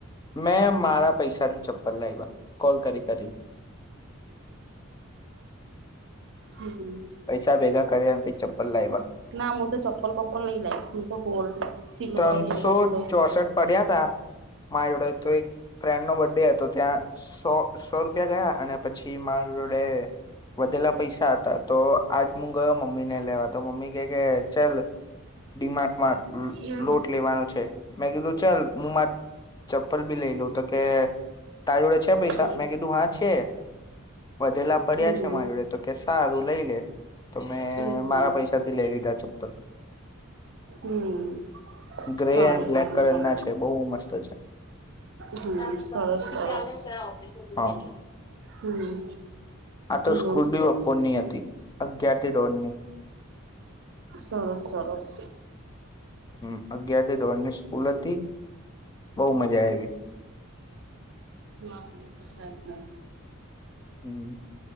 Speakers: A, on the left; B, on the right.
A: મેં મારા પૈસાની ચપ્પલ લાવવા કોલ કરી કરીને
B: હમ
A: પૈસા ભેગા કર્યા અને પછી ચપ્પલ લાવ્યા
B: ના હું તો ચપ્પલ બપ્પલ નઈ લાવીશ હું તો ગોલ્ડ સિલ્વર
A: ત્રણસો
B: એવું બધું લઈશ
A: ચોસઠ પડ્યા હતા મારી જોડે તો એક ફ્રેન્ડ નો બર્ ડે હતો ત્યાં સો સો રૂપિયા ગયા અને પછી માર જોડે વધેલા પૈસા હતા તો આજ મુું ગયો મમ્મીને લેવા તો મમ્મી કે કે ચલ ડીમાર્ટમાં
B: <unintelligible>
A: લ- લોટ લેવાનો છે મે કીધું ચલ હું મારે ચપ્પલ ભી લઈ લઉં તો કે તારી જોડે છે પૈસા
B: હમ
A: મેં કીધું હા છે વધેલા પડ્યા
B: હમ હમ
A: છે મારી જોડે તો કે સારું લઈ લે તો મેં
B: હમ
A: મારા પૈસાથી લઈ લીધા ચપ્પલ
B: હમ
A: ગ્રે
B: સારું
A: એન્ડ બ્લેક
B: સારું
A: કલર
B: ચાલ
A: ના છે બઉ મસ્ત છે
B: હમ
A: હા
B: સરસ સરસ હમ
A: આ તો સ્કૂલ
B: બોલ
A: બી બપોર ની હ હતી અગ્યયારથી દોડ ની
B: સરસ સરસ
A: હમ અગિયાર થી દોડ ની સ્કૂલ તી બઉ મજા આયવી
B: હા હા
A: હમ